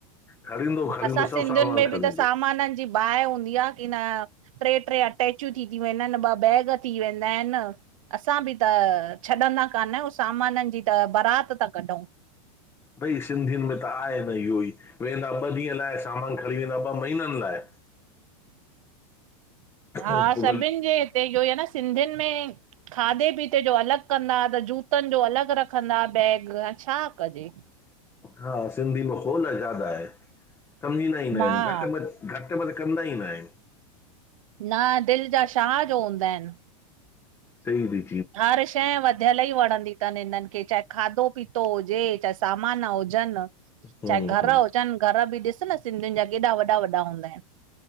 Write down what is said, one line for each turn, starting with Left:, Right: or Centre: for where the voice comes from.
Left: खणींदो खणींदो
Right: असां
Left: सभु
Right: सिंधियुनि
Left: सामान
Right: में
Left: खणींदो
Right: बि त सामाननि जी बाहि हूंदी आहे की न। ट्रे ट्रे अटैचूं थी थी वेंदा आहिनि, ॿ बैग थी वेंदा आहिनि। असां बि त छॾंदा कान आहियूं, सामाननि जी त बारात था कढूं।
Left: भई सिंधियुनि में त आहे भाई इहो ई, वेंदा ॿ ॾींहं लाइ सामान खणी वेंदा ॿ महीननि लाइ।
Right: हा
Left: पोइ
Right: सभिनि
Left: भले
Right: जे हिते इहो आहे न। सिंधियुनि में खाधे पीते जो अलॻि कंदा, त जूतनि जो अलॻि रखंदा बैग। हाण छा कजे?
Left: हा सिंधी में होल ज्यादा आहे। कम ई ना ईंदा आहिनि।
Right: मां
Left: घटि में घटि वध कंदा ई न आहियूं।
Right: न, दिलि जा शाह जो हूंदा आहिनि।
Left: सही दी।
Right: हर शइ वधियल ई वणंदी <unintelligible> हिननि खे चाहे खाधो पीतो हुजे, चाहे सामान हुजनि
Left: हम्म
Right: चाहे घरू
Left: हम्म
Right: हुजनि घर बि ॾिस न सिंधियुनि जा केॾा वॾा वॾा हूंदा आहिनि।